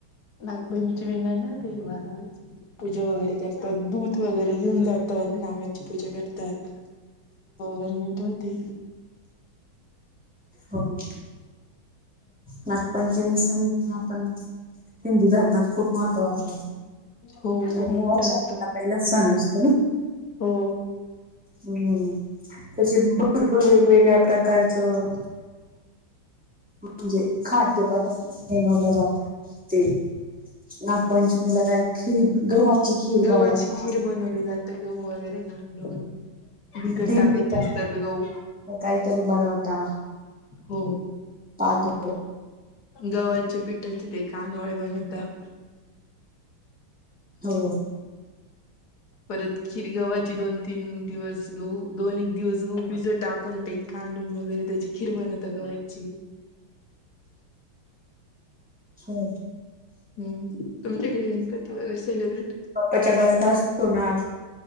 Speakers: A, on the left (about 55°); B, in the centre.
A: नाग पंचमी ला ना ते वारुळाचंऽ पूजा वगैरे करतात,, दूध वगैरे घऊन जातात,, नागाची पूजा करतात,, तर मिटवते.
B: हो हो. नागपंचमी सण आपण हिंदू धर्मात खूप महत्त्वाचा आहे.
A: हो
B: त
A: खूप मोठा असतो
B: पहिलाच सण असतो ना?
A: हो.
B: हम्म. त्याची भरपूर वेगवेगळ्या प्रकारचं म्हणजे खाद्य पदार्थ बनवला जातो ते नागपंचमीला काय खीर? गव्हाची खीर
A: गव्हाची
B: बनवतात.
A: खीर बनवली जा ते गहू वगैरे घालून बिगट
B: दीप
A: टाकायचे असतात गहू
B: काहीतरी बनवता?
A: हो.
B: पारथी
A: गव्हाचे पिठाचे ते कानवळे बनवतात.
B: हो.
A: परत खीर गव्हाची दोन, तीन दिवस गहू दोन, एक दिवस गहू भिजत टाकून ट कांडून वगैरे त्याची खीर बनवता गव्याची?
B: हो.
A: हम्म. तुमच्याकडे गणपती वैरे सेलिब्रेट
B: त्याच्या गळ्यात असतो नाग